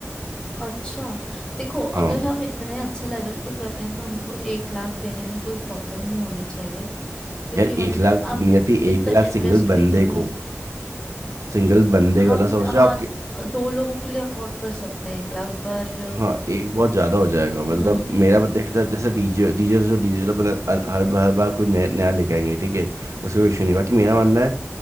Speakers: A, on the left; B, on the right.
A: अच्छा देखो
B: हाँ
A: अगर हम इतने अच्छे लेवल पे कर रहे हैं तो हमको एक लाख देने में कोई प्रॉब्लम नहीं होनी चाहिए क्योंकि
B: यार
A: हमने
B: एक लाख
A: अब
B: नियति
A: इतना
B: एक लाख
A: इन्वेस्ट
B: सिंगल
A: भी
B: बंदे
A: करें
B: को सिंगल बंदे
A: हम
B: का मतलब समझो
A: हाँ
B: आपके
A: दो लोगों के लिए अफोर्ड कर सकते हैं एक लाख पर
B: हाँ एक बहुत ज्यादा हो जाएगा मतलब
A: हम्म
B: मेरा बता- जैसे जैसे डीजे डीजे जो डीजे तो अपना हर हर हर बार कोई नया नया लेके आएंगे ठीक है उससे कोई इशू नहीं बाकी मेरा मानना है